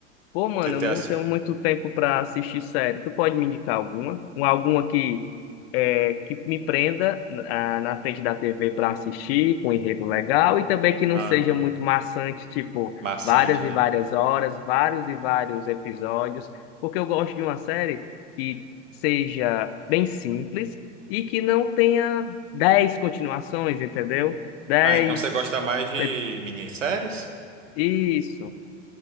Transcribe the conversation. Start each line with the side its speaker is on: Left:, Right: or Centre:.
Left: Pô, mano,
Right: Você tem,
Left: eu não tenho muito tempo pra assistir série. Tu pode me indicar alguma? Um- Alguma que, é, que me prenda ah, na frente da TV pra assistir, com um enredo legal, e também que não
Right: Ah,
Left: seja muito maçante, tipo,
Right: maçante,
Left: várias e
Right: né?
Left: várias horas, vários e vários episódios, porque eu gosto de uma série que seja bem simples e que não tenha dez continuações, entendeu? Dez.
Right: Ah, então você gosta mais de
Left: é,
Right: minisséries?
Left: Isso.